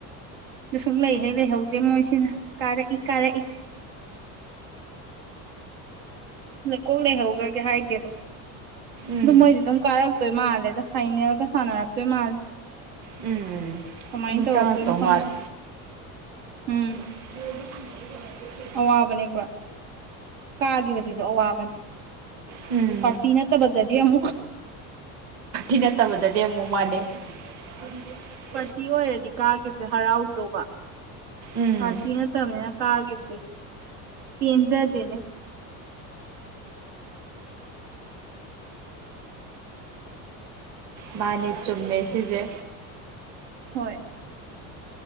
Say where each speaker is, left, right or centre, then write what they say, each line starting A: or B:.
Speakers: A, on the right (about 85°); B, on the right (about 45°).
A: ꯑꯗꯨ ꯁꯨꯝ ꯂꯩꯍꯩ ꯂꯩꯍꯧꯗꯦ ꯃꯣꯏꯁꯤꯅ ꯀꯥꯔꯛꯏ ꯀꯥꯔꯛꯏ ꯂꯩꯀꯣꯛ ꯂꯩꯍꯧꯒ꯭ꯔꯒꯦ ꯍꯥꯏꯗꯦꯕ
B: ꯎꯝ
A: ꯑꯗꯨ ꯃꯣꯏꯗꯤ ꯗꯨꯝ ꯀꯥꯔꯛꯇꯣꯏ ꯃꯥꯜꯂꯦꯗ ꯐꯥꯏꯅꯦꯜꯒ ꯁꯥꯟꯅꯔꯛꯇꯣꯏ ꯃꯥꯜꯂꯦ
B: ꯎꯝ
A: ꯀꯃꯥꯏꯅ
B: ꯑꯗꯨꯝ
A: ꯇ
B: ꯆꯪꯉꯛꯇꯧ
A: ꯔꯛꯇꯛꯇ ꯅꯈ
B: ꯃꯥꯜꯂꯦ
A: ꯎꯝ
B: <unintelligible>
A: ꯑꯋꯥꯕꯅꯦ ꯄꯨꯔꯥ ꯀꯥꯈꯤꯕꯁꯤꯁꯨ ꯑꯋꯥꯕꯅꯦ
B: ꯎꯝ
A: ꯄꯔꯇꯤ ꯅꯠꯇꯕꯗꯗꯤ ꯑꯃꯨꯛ
B: ꯥꯅꯠꯇꯕꯗꯗꯤ ꯑꯃꯨꯛ ꯃꯥꯟꯅꯦ <unintelligible>
A: ꯄꯥꯔꯇꯤ ꯑꯣꯏꯔꯗꯤ ꯀꯥꯈꯤꯕꯁꯦ ꯍꯔꯥꯎꯗꯧꯕ
B: ꯎꯝ
A: ꯄꯥꯔꯇꯤ ꯅꯠꯇꯕꯅꯤꯅ ꯀꯥꯈꯤꯕꯁꯦ ꯄꯦꯟꯖꯗꯦꯅꯦ
B: <inaudible> ꯃꯥꯅꯦ ꯆꯨꯝꯃꯦ ꯁꯤꯖꯦ
A: ꯍꯣꯏ